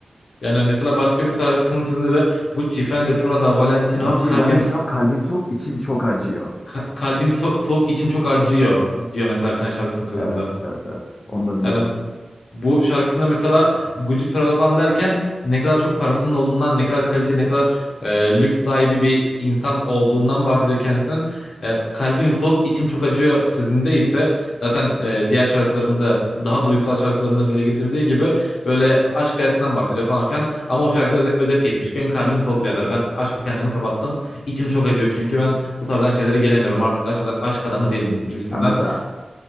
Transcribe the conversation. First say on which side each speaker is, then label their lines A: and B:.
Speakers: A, on the left (about 80°); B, on the left (about 45°).
A: Yani mesela başka bir şarkısının sözleri Gucci, Fendi, Prada, Valentino,
B: Gucci
A: kalbim
B: Valentino kalbim soğuk içim çok acıyor.
A: Ka- kalbim so- soğuk, içim çok acıyor diyor mesela bir tane şarkısının sözünde
B: Evet
A: de.
B: evet evet onu da biliyorum.
A: Yani bu şarkısında mesela Gucci Prada falan derken ne kadar çok parasının olduğundan, ne kadar kalite, ne kadar e, lüks sahibi bir insan olduğundan bahsediyor kendisinin. E, kalbim soğuk, içim çok acıyor sözünde ise zaten e, diğer şarkılarında daha duygusal şarkılarında dile getirdiği gibi böyle aşk hayatından bahsediyor falan filan. Ama o şarkıda öze- özet geçmiş. Benim kalbim soğuk birader. Ben aşkı kendimi kapattım. İçim çok acıyor çünkü ben bu tarzdan şeylere gelemiyorum. Artık aşk, aşk adamı değilim gibisinden.
B: Yani mesela